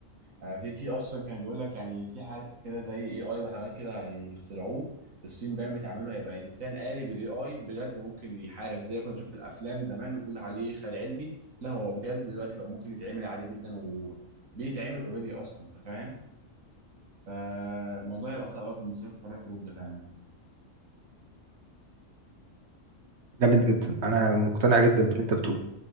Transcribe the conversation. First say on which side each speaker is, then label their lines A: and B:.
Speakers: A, on the right; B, on the right.
A: آه، في في اصلا كان بيقول لك يعني في حاجه كده زي اي اي وحاجات كده هيخترعوه الصين باين بتعمله هيبقى انسان آلي بالاي اي بجد ممكن يحارب زي ما كنا بنشوف في الافلام زمان ونقول عليه خيال علمي لا هو بجد دلوقتي بقى ممكن يتعمل عادي جدا وبيتعمل اوريدي اصلا انت فاهم فالموضوع هيبقى صعب قوي في المستقبل في حوار الحروب ده فعلا
B: جامد جدا انا مقتنع جدا باللي انت بتقوله